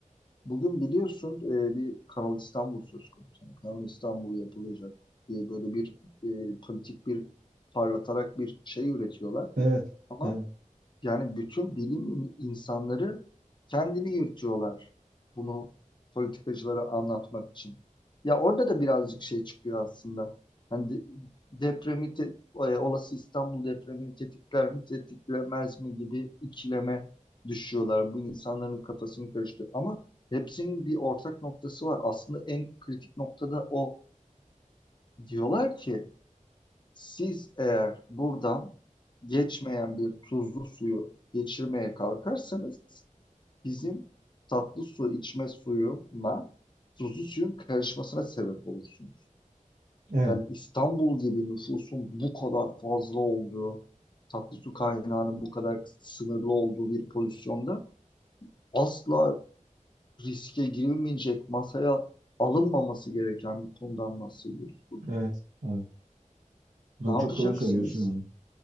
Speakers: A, on the left; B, on the right.
A: bugün biliyorsun e, bir Kanal İstanbul söz konusu. Yani Kanal İstanbul yapılacak diye böyle bir e, politik bir parlatarak bir şey üretiyorlar
B: Evet,
A: ama
B: evet,
A: yani bütün bilim insanları kendini yırtıyorlar bunu politikacılara anlatmak için. Ya orada da birazcık şey çıkıyor aslında. Hani de- depremi, te- e, olası İstanbul depremini tetikler mi, tetiklemez mi gibi ikileme düşüyorlar. Bu insanların kafasını karıştırıyor. Ama hepsinin bir ortak noktası var. Aslında en kritik noktada o. Diyorlar ki siz eğer buradan geçmeyen bir tuzlu suyu geçirmeye kalkarsanız bizim tatlı su içme suyuna tuzlu suyun karışmasına sebep olursunuz.
B: evet,
A: Yani İstanbul gibi nüfusun bu kadar fazla olduğu, tatlı su kaynağının bu kadar sınırlı olduğu bir pozisyonda asla riske girilmeyecek, masaya alınmaması gereken bir konudan bahsediyoruz burada.
B: evet. Abi. Do-
A: Ne yapacaksınız?
B: çok doğru söylüyorsun abi.